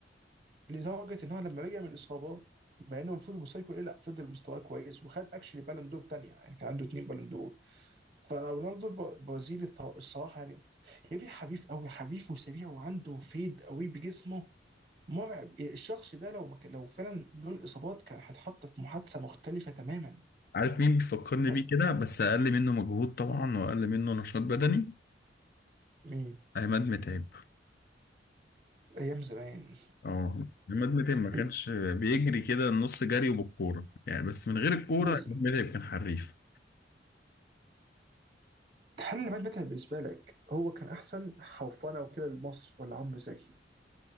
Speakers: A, on the right; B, on the left.
A: لدرجه ان هو لما رجع من الاصابه مع انه المفروض المستوى يكون ايه لا فضل مستواه كويس وخد اكشلي بالون دور تانية يعني كان عنده اتنين بالون دور فرونالدو الب- البرازيلي الث- الصراحه يعني يا ابني حريف قوي حريف وسريع وعنده فيد قوي بجسمه مرعب الشخص ده لو ما كان- لو فعلا له الاصابات كان هيتحط في محادثه مختلفه تماما
B: عارف مين بيفكرني
A: بس
B: بيه كده بس اقل منه مجهود طبعا واقل منه نشاط بدني
A: مين
B: عماد متعب
A: ايام زمان
B: اه عماد متعب ما كانش
A: إيه،
B: بيجري كده النص جري وبالكوره يعني بس من غير الكوره
A: بس
B: عماد متعب كان حريف
A: الحل اللي مات بالنسبه لك هو كان احسن خوفنا وكده لمصر ولا عمرو زكي